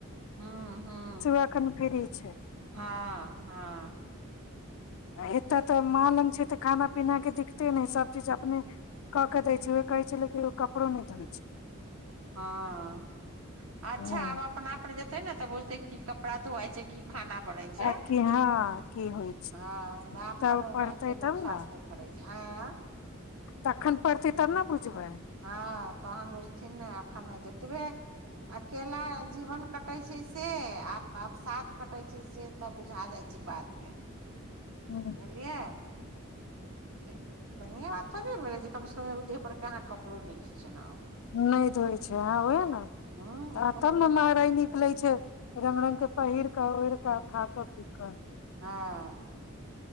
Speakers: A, on the right (about 80°); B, on the left (about 65°).
A: हँ हँ
B: अखन फ्री छै।
A: हँ हँ
B: आ एतय तऽ माॅं लग छै तऽ खाना पीनाके दिक्कते नै सब चीज अपने कऽ केऽ दै छै उह कहै छै लेकिन ओ कपड़ो नै धोइ छै।
A: हँ अच्छा
B: ह
A: आब अपनापर जेतै ने तऽ बुझतै की कपड़ा धोआइ छै की खाना बनै छै
B: आ कि हँ की होइ छै
A: हँ ओ माय
B: तब
A: पर ओनाहिते
B: पढ़तै तब
A: लोक ससुर
B: ने
A: करै छै आँ
B: तखन पड़तै तब न बुझबै
A: हँ तहन बुझथिन ने अखन जेतबे अकेला मे जीवन कटै छै से आ आब साथ कटै छै से तब बुझा जाइ छै बाद मे
B: हूँ
A: बुझलियै ई बढ़िआ बात थोड़े भेलै जे कम से कम एगो देह पर के आहाँ कपड़ो नै खिचनाउ
B: नै धोइ छै हँ ओहेऽ न
A: हँ ई कोनो
B: तब
A: बात
B: न महरैनी निकले छै रंग रंग के पहिर कऽ ओढ़ कऽ खाकऽ पीकऽ
A: हँ